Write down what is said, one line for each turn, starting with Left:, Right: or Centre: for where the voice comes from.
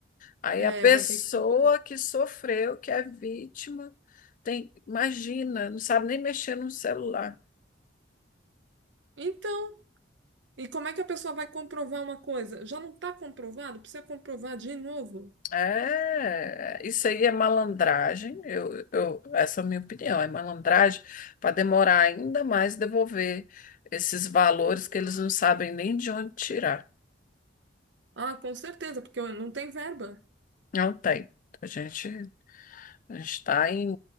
Left: Aí
Right: É,
Left: a pessoa
Right: vai ter que...
Left: que sofreu, que é vítima, tem, imagina, não sabe nem mexer no celular.
Right: Então, e como é que a pessoa vai comprovar uma coisa? Já não está comprovado? Precisa comprovar de novo?
Left: É, isso aí é malandragem. Eu, eu, essa é a minha opinião, é malandragem para demorar ainda mais devolver esses valores que eles não sabem nem de onde tirar.
Right: Ah, com certeza, porque não tem verba.
Left: Não tem. A gente a está em